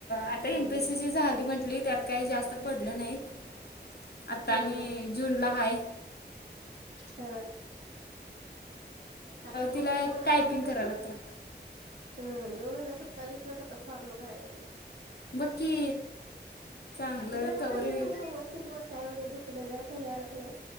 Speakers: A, on the left (about 65°); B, on the right (about 60°).
A: आता
B: हम्म
A: एमपीसी झाली म्हंटली त्यात काही जास्त पडलं नाहीत. आता
B: हम्म
A: आणि जूनला आहेय.
B: ह, आता बहुतेक
A: तिला
B: मला
A: टायपिंग
B: दोन हजार
A: करायला
B: स''--'' ह,
A: लागतं.
B: दोन हजार सत्तावीस लाच आता फॉर्म भराय येतय बघ.
A: बघ की, चांगलं
B: जरा
A: कवर
B: जरी
A: होईल
B: म्हणजे आवस. चीत वसाय वगैरे दुखणे का मी नाही